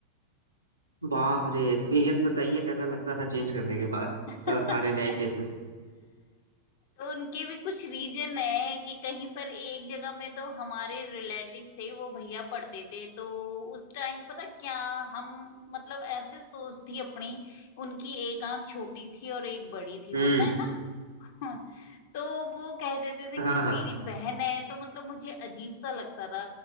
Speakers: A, on the right; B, on the left.
A: बाप रे एक्सपीरियंस बताइए कैसा लगता था चेंज करने के बाद
B: <laughs>
A: सर सारे नए फेसेस
B: तो उनके भी कुछ रीजन है कि कहीं पर एक जगह में तो हमारे रिलेटिव थे वो भैया पढ़ते थे तो उस टाइम पता क्या हम मतलब ऐसे सोच थी अपनी उनकी एक आंख छोटी थी और एक बड़ी थी
A: हम्म
B: होता है ना <laughs> हाँ, तो वो कह देते थे
A: हाँ
B: कि
A: हाँ
B: मेरी बहन है तो मतलब मुझे अजीब सा लगता था